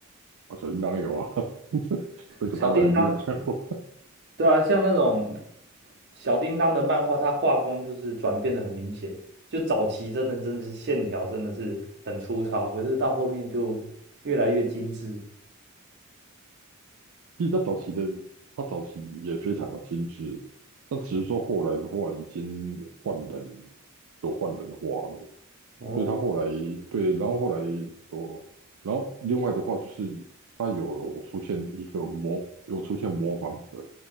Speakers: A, on the right (about 75°); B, on the right (about 50°).
A: 我小叮当有啊，<laughs> 这个当然一定要看过。
B: 小叮当，对啊，像那种小叮当的漫画，它画风就是转变的很明显。就早期真的真的是线条真的是很粗糙，可是到后面就越来越精致。
A: <laughs> 其实他早期的他早期也非常的精致，但只是说后来的话已经换人，有换人化了，
B: 哦。
A: 所以他后来对，然后后来说，然后另外的话就是他有出现一个模，有出现模仿者，